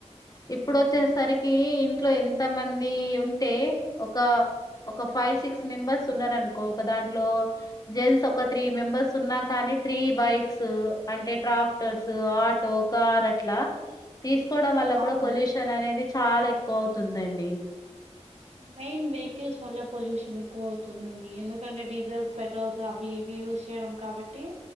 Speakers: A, on the left (about 30°); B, on the right (about 65°).
A: ఇప్పుడు
B: అవునండి
A: వచ్చేసరికి ఇంట్లో ఎంత మంది ఉంటే ఒక ఒక ఫైవ్ సిక్స్ మెంబర్స్ ఉన్నరు అనుకో ఒక దాంట్లో జెంట్స్ ఒక త్రీ మెంబర్స్ ఉన్నా కానీ త్రీ బైక్స్ అంటే ట్రాక్టర్స్ ఆటో కార్ అట్లా తీసుకోవడం వల్ల కూడా
B: అవును
A: పొల్యూషన్ అనేది చాలా ఎక్కువ అవుతుందండి
B: మెయిన్ వెహికల్స్ వళ్ళ పొల్యూషన్ ఎక్కువ అవు అతుందండి ఎందుకంటే డీజిల్స్ పెట్రోల్స్ అవి ఇవి యూజ్ చేయడం కాబట్టి